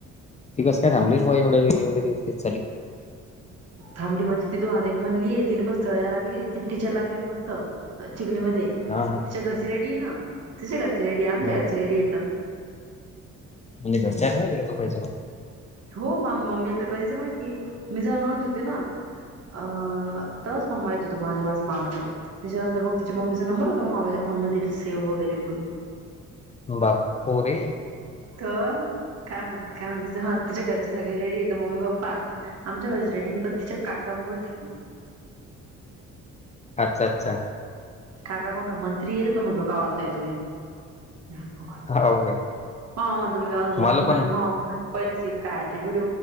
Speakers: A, on the left (about 25°); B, on the right (about 55°).
A: ती कस काय थबलीर ब एवढ एवढ दिवसच चाली.
B: थाबली म्हणे तिथं अरे एक म्हणली आहे तिला पण स्थळाला लागली ती टीचर ला गेली मस्त चिखली मध्ये तिच्या
A: हा हा
B: घरचे रेडी ये ना तिच्या घरचे रेडी ये आमच्या
A: हा.
B: घरचे रेडीयेत
A: म्हणजे घरच्यायने नाहीे का तु काही स
B: हो मम्मी मम्मीला तर कधीच माहितीय मी जाणवत होते ना अ तवाच मग माहित होत माझे वा मामाच त्याच्यानंतर मग तिच्या मम्मीचा नंबर होता म मामा मधील सेव वगैरे पूर्ण
A: बापुर
B: तर काय म्हणत काय म्हणत ह तिच्या घरचे सगळे रेडी येत मम्मी पप्पा आमच्या घरचे रेडी पण तिच्या काकामुळे थांबलं.
A: अच्छा अच्छा.
B: काका कोणता मंत्री येत तो म्हण तो गावात जायचो नाही. हो
A: हो काय
B: म्हग तुम्ही गावात घरच
A: मला
B: नि बांधण
A: पण
B: म्हण पहिलेच इतका टिट्यूड